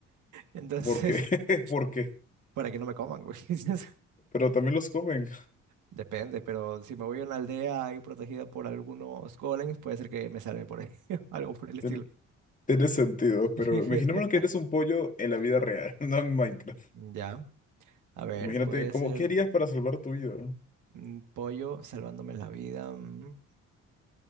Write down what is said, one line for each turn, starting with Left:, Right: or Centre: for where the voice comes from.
Right: Entonces,
Left: ¿por qué? <laughs> ¿Por qué?
Right: <laughs> para que no me coman, güey. <laughs>
Left: Pero también los comen.
Right: Depende, pero si me voy a una aldea ahí protegida por algunos golems, puede ser que me salve por ahí, <laughs> algo por el estilo.
Left: Tiene, tiene sentido, pero
Right: <laughs>
Left: imaginémonos que eres un pollo en la vida real, <laughs> no en Minecraft.
Right: Ya, a ver,
Left: Imagínate,
Right: podría
Left: ¿cómo,
Right: ser
Left: qué harías para salvar tu vida?
Right: un pollo salvándome la vida. mm.